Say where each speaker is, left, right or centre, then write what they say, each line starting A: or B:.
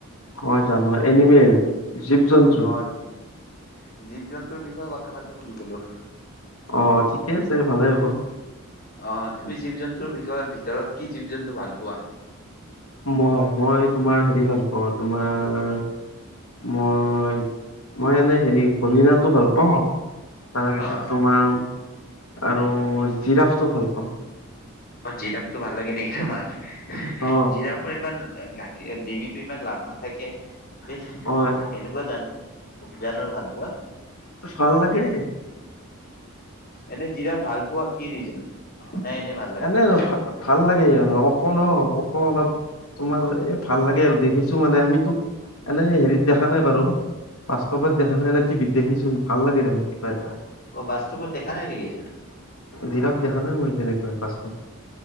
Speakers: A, on the left; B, on the left.
A: হয়, জানোৱাৰ এনিমেল, জীৱ জন্তু।
B: অ তে জীৱ জন্তুৰ বিষয়ে কথা পাতো বুলি ক'লো।
A: অ' ঠিকে আছে ভালে হ'ব।
B: অ' তুমি জীৱ জন্তুৰ বিষয় ভিতৰত কি জীৱ জন্তু ভাল পোৱা।
A: মই- মই তোমাৰ হেৰি ভাল পাওঁ তোমাৰ মই- মই এনেই হেৰি হৰিণাটো ভাল পাওঁ তাৰপিছত
B: অ
A: তোমাৰ আৰু জিৰাফটো ভাল পাওঁ।
B: অ' জিৰাফটো ভাল লাগে নেকি তোমাৰ,
A: অ
B: জিৰাফৰ ইমান গাত ডিঙিটো ইমান লাম্বা থাকে, সেই সেনেকুৱা
A: হয়
B: জানো জানোৱাৰ ভাল পোৱা।
A: ভাল লাগে।
B: এনে জিৰাফ ভাল পোৱা কি ৰিজন। নাই এনে ভাল লাগে
A: এনেই
B: তোমাৰ?
A: আৰু ভ ভাল লাগে ইয়াক। ওখ ন ওখ অলপ তোমাৰ এই ভাল লাগে আৰু দেখিছো মানে আমিতো এনে হেৰিত দেখা নাই বাৰু, বাস্তৱত দেখা নাই এনে টিভিত দেখিছো ভাল লাগে। দেখোন কিবা এটা
B: অ' বাস্তবত দেখা নাই নেকি।
A: জিৰাফ দেখা নাই মই তেনেকুৱা বাস্তব